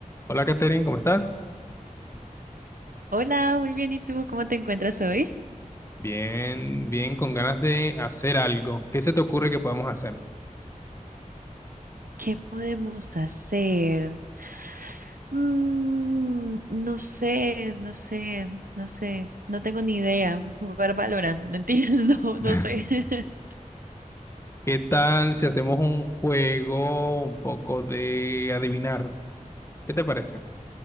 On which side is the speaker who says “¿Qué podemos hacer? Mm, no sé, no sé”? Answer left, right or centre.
Right